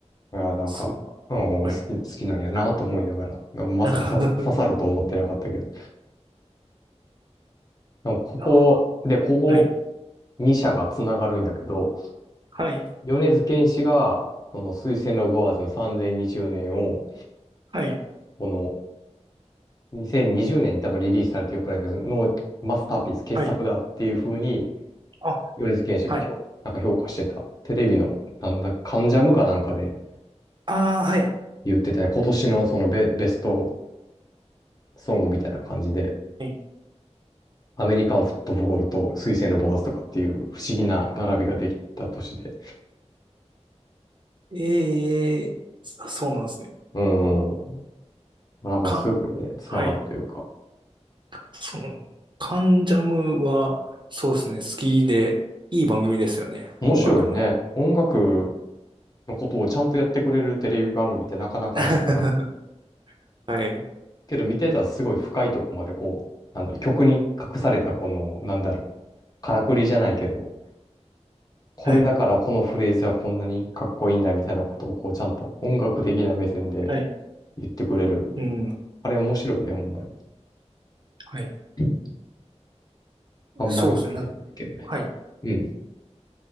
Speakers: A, on the left; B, on the right.
A: いや、なんか、
B: そう。
A: うん、
B: はい。
A: 好き、好きなんやなと思いながら、なまさかさ刺さると思ってなかったけど。
B: <laughs>
A: でもここ、
B: あ
A: で、ここ
B: ーはい。
A: 2社がつながるんやけど、
B: はい。
A: 米津玄師が、その水星のボアーズの3020年を、
B: はい。
A: この2020年にじゅうねんに多分リリースされてよくないけど、のマスターピース、傑作だっていう風に、
B: はい。あ、
A: 米津玄師がひょ、
B: はい。
A: なんか評価してた、テレビの、なんだ、関ジャムかなんかで
B: ああ、はい。
A: 言ってたね、今年のそのベ、ベストソングみたいな感じで、
B: はい
A: アメリカンフットボールと水星のボーズとかっていう不思議な並びができた年で、
B: えー、そうなんですね。
A: うーん、
B: お、
A: まあなんかすごいね、
B: か、
A: つながるというか、
B: はい。その、カンジャムは、そうですね、好きで、いい番組ですよね、
A: 面白いね。
B: 音楽の。
A: 音楽のことをちゃんとやってくれるテレビ番組ってなかなかないから、
B: <laughs> はい。
A: けど見てたらすごい深いとこまでこう、なんだろう、曲に隠されたこの、なんだろう、からくりじゃないけど、これだからこのフレーズはこんなにかっこいいんだみたいなことをこうちゃんと音楽的な目線で
B: はい。はい。
A: 言ってくれるよね。
B: うん。
A: あれ面白いね、ほんまに。
B: はい。
A: うんあんまり見れてはないけどね。
B: そうですね、なんか、はい。
A: うん。